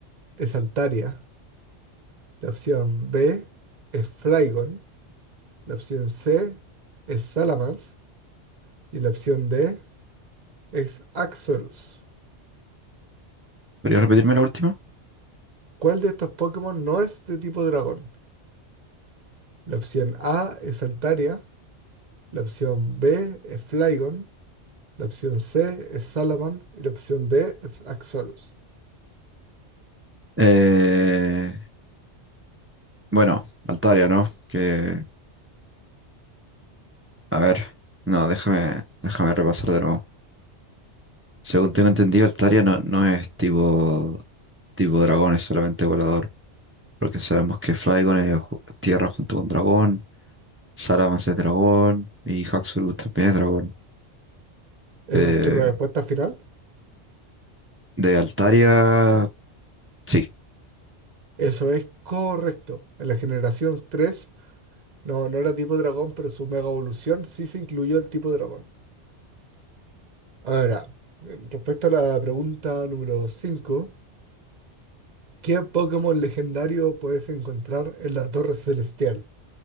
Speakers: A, on the right; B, on the right.
A: es Altaria. La opción B es Flygon. La opción C es Salamence. Y la opción D es Axorus.
B: ¿Podría repetirme la última?
A: ¿Cuál de estos Pokémon no es de tipo dragón? La opción A es Altaria. La opción B es Flygon. La opción C es Salaman. Y la opción D es Axolotl.
B: Eh, bueno, Altaria, ¿no? Que, a ver, no, déjame, déjame repasar de nuevo. Según tengo entendido, Altaria no, no es tipo, tipo dragón, es solamente volador. Porque sabemos que Flygon es ju- tierra junto con dragón, Salamence es dragón y Haxorus también es dragón.
A: ¿Esa
B: Eh,
A: es tu respuesta final?
B: de Altaria, sí.
A: Eso es correcto. En la generación 3 no, no era tipo dragón, pero su mega evolución sí se incluyó el tipo dragón. Ahora, respecto a la pregunta número 5, ¿qué Pokémon legendario puedes encontrar en la Torre Celestial?